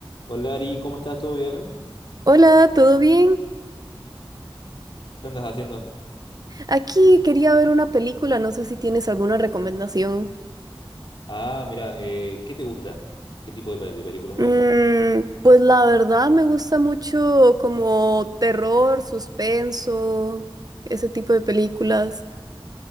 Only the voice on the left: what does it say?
Hola Ari, ¿cómo estás? ¿Todo bien?
¿Qué andas haciendo?
Ah, mira, eh, ¿qué te gusta? ¿Qué tipo de, pel- de películas ves?